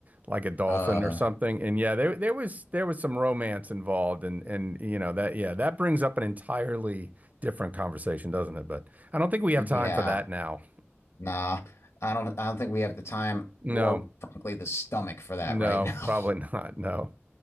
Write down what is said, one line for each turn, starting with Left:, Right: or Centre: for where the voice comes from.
Right: like a dolphin
Left: Uh,
Right: or something. And yeah, there there was there was some romance involved, and and you know that yeah that brings up an entirely different conversation, doesn't it? But I don't think we have
Left: yeah.
Right: time for that now.
Left: Nah, I don't I don't think we have the time
Right: No,
Left: or frankly the stomach for that
Right: no,
Left: right now. <laughs>
Right: probably <laughs> not. No,